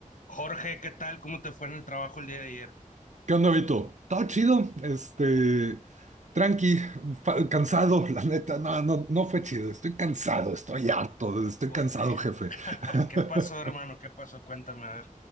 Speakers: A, on the left; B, on the right.
A: Jorge, ¿qué tal? ¿Cómo te fue en el trabajo el día de ayer?
B: ¿Qué onda, Vito? Todo chido, este, tranqui, fa- cansado, la neta, no, no, no fue chido, estoy cansado, estoy harto, estoy
A: ¿Por
B: cansado,
A: ¿qué
B: jefe.
A: <laughs>
B: <laughs>
A: ¿Qué pasó, hermano? ¿Qué pasó? Cuéntame, a ver.